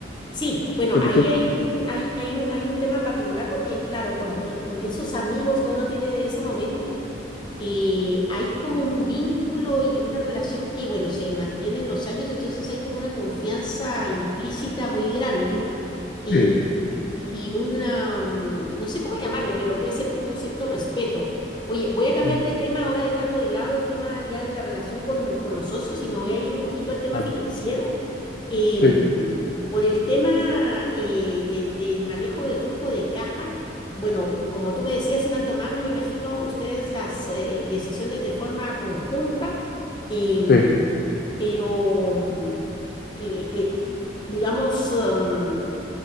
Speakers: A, on the left; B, on the left.
A: Sí, bueno,
B: ¿Se me
A: ahí
B: entiende?
A: hay un, hay, hay un, hay un tema particular porque, claro, con, eh, con esos amigos que uno tiene de ese momento, eh, hay como un vínculo y una relación que, bueno, se mantiene en los años, entonces hay como una confianza implícita muy grande eh,
B: Sí,
A: y, y una, mm, no sé cómo llamarle, pero puede ser como un cierto respeto. Oye, voy a cambiar
B: sí,
A: de tema ahora dejando de lado el tema ya de la relación con, con los socios y me voy a ir un poquito al tema
B: claro.
A: financiero. Em,
B: Sí,
A: por el tema eh, de- del manejo del flujo de caja, bueno, como tú me decías, iban tomando, me imagino, ustedes las eh, decisiones de forma conjunta, em,
B: sí.
A: pero, mm, eh, eh, digamos, em,